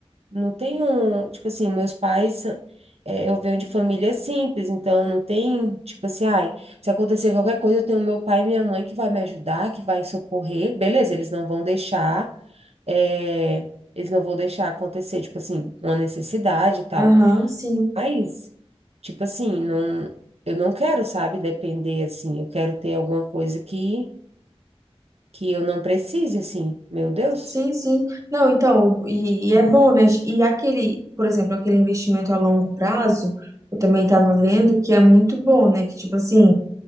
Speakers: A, on the right; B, on the right.
A: não tem um, tipo assim, meus pais, é, eu venho de família simples, então não tem, tipo assim, ai, se acontecer qualquer coisa, eu tenho meu pai e minha mãe que vai me ajudar, que vai socorrer, beleza, eles não vão deixar, é, eles não vão deixar acontecer, tipo assim, uma necessidade e tal.
B: aham, sim,
A: Mas, tipo assim, não, eu não quero, sabe, depender, assim, eu quero ter alguma coisa que, que eu não precise, assim, meu Deus.
B: sim, sim. Não, então, e, e é bom, né? E aquele, por exemplo, aquele investimento a longo prazo, eu também estava vendo que é muito bom, né? Que, tipo assim,